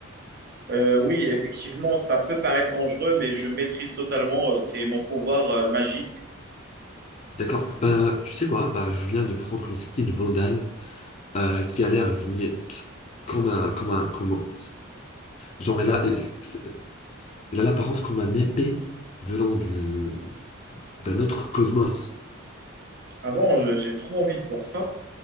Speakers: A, on the right (about 50°); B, on the left (about 30°).
A: Euh, oui, effectivement, ça peut paraître dangereux, mais je maîtrise totalement. euh, c'est mon pouvoir euh, magique.
B: D'accord. Bah, tu sais quoi? Bah, je viens de prendre une skin Vandal euh, qui a l'air venir comme un, comme un, comme... Genre, elle a, elle- c'est- elle a l'apparence comme un épée venant du, d'un autre cosmos.
A: Avant, je- j'ai trop envie de voir ça.